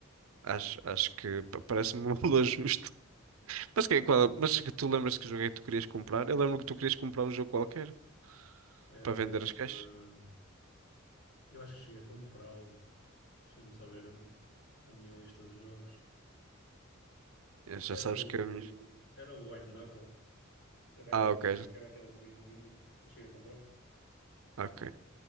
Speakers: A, on the right (about 80°); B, on the left (about 55°).
A: Acho, acho que pa- parece-me <laughs> um valor justo. Mas que, qual, mas que tu lembras que jogo é que tu querias comprar? Eu lembro que tu querias comprar um jogo qualquer
B: Era
A: para
B: o.
A: vender as caixas.
B: ehm, eu acho que cheguei a comprá-lo. Deixa-me só ver a, a minha lista de jogos.
A: Eh, Já sabes
B: Era o.
A: que é a minha...
B: Era o White Knuckle. Era aquele,
A: Ah, ok.
B: era aquele joguinho indie. Eu cheguei a comprar.
A: Ok.